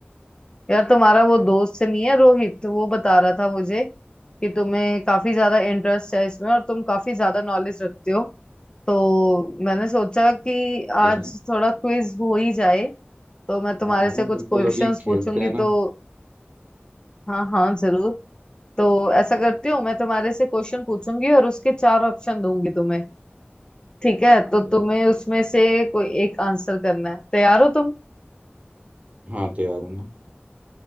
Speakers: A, on the left; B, on the right.
A: यार तुम्हारा वो दोस्त नहीं है रोहित तो वो बता रहा था मुझे कि तुम्हें काफी ज्यादा इंटरेस्ट है इसमें और तुम काफी ज्यादा नॉलेज रखते हो तो मैंने सोचा कि
B: ठीक है
A: आज थोड़ा क्विज हो ही जाए तो मैं तुम्हारे
B: हाँ हाँ
A: से कुछ
B: बिल्कुल
A: क्वेश्चंस
B: अभी खेलते
A: पूछूंगी
B: हैं ना
A: तो हाँ हाँ जरूर तो ऐसा करती हूँ मैं तुम्हारे से क्वेश्चन पूछूंगी और उसके चार ऑप्शन दूंगी तुम्हें ठीक है
B: ठीक
A: तो
B: है।
A: तुम्हें उसमें से कोई एक आंसर करना है तैयार हो तुम
B: हाँ तैयार हूँ ना